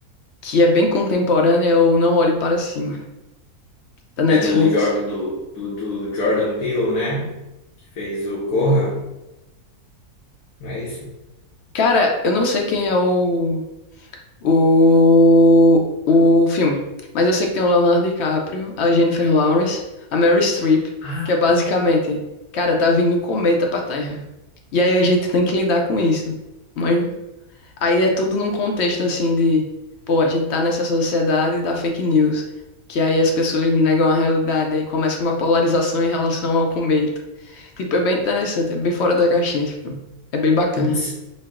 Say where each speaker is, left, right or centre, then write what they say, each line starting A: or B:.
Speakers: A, on the left (about 65°); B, on the left (about 80°).
A: que é bem contemporânea, é o Não Olhe Para Cima, da Netflix.
B: É do, Jor- do, do, do Jordan Peele, né? Que fez o Corra. Não é isso?
A: Cara, eu não sei quem é o, o, o filme, mas eu sei que tem o Leonardo DiCaprio, a Jennifer Lawrence, a Meryl Streep,
B: Ah,
A: que é basicamente, cara, tá vindo um cometa pra Terra. E aí a gente tem que lidar com isso. Mas aí é tudo num contexto assim de, pô, a gente tá nessa sociedade da fake news, que aí as pessoas negam a realidade, aí começa uma polarização em relação ao cometa. Tipo, é bem interessante, é bem fora da caixinha esse filme. É bem bacana.
B: putz.